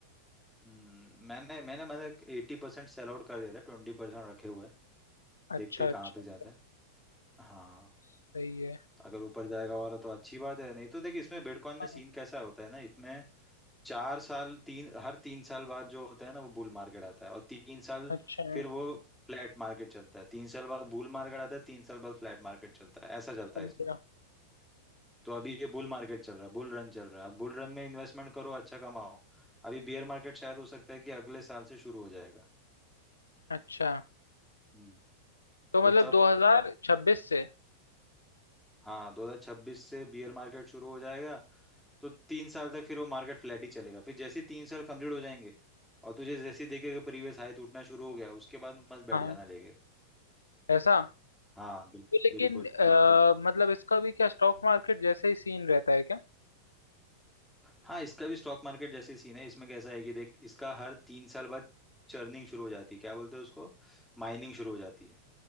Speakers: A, in the centre; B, on the left.
A: हम्म, मैंने मैंने मतलब एट्टी परसेंट सेल आउट कर दिया था ट्वेंटी परसेंट रखे हुए हैं।
B: अच्छा
A: देखते हैं
B: अच्छा
A: कहाँ तक जाता है हाँ
B: सही है
A: अगर ऊपर जाएगा और तो अच्छी बात है नहीं तो देखिए इसमें बिटकॉइन में
B: हाँ,
A: सीन कैसा होता है ना इसमें चार साल तीन हर तीन साल बाद जो होता है ना वो बुल मार्केट आता है और तीन साल
B: अच्छा
A: फिर वो फ्लैट मार्केट चलता है तीन साल बाद बुल मार्केट आता है तीन साल बाद फ्लैट मार्केट चलता है ऐसा चलता
B: समझा
A: है इसमें तो अभी ये बुल मार्केट चल रहा है बुल रन चल रहा है अब बुल रन में इन्वेस्टमेंट करो अच्छा कमाओ अभी बेयर मार्केट शायद हो सकता है कि अगले साल से शुरू हो जाएगा
B: अच्छा
A: हम्म।
B: तो मतलब
A: तो तब
B: 2026 से
A: हाँ 2026 से बियर मार्केट शुरू हो जाएगा तो तीन साल तक फिर वो मार्केट फ्लैट ही चलेगा फिर जैसे ही तीन साल कंप्लीट हो जाएंगे और तुझे जैसे ही देखेगा प्रीवियस हाई टूटना शुरू हो गया उसके बाद मस्त बैठ
B: हाँ
A: जाना लेके
B: ऐसा
A: हाँ बिल,
B: तो लेकिन
A: बिल्कुल
B: अ, मतलब इसका भी क्या स्टॉक मार्केट जैसे ही सीन रहता है क्या
A: हाँ इसका भी स्टॉक मार्केट जैसे सीन है इसमें कैसा है कि देख इसका हर तीन साल बाद चर्निंग शुरू हो जाती है क्या बोलते हैं उसको माइनिंग शुरू हो जाती है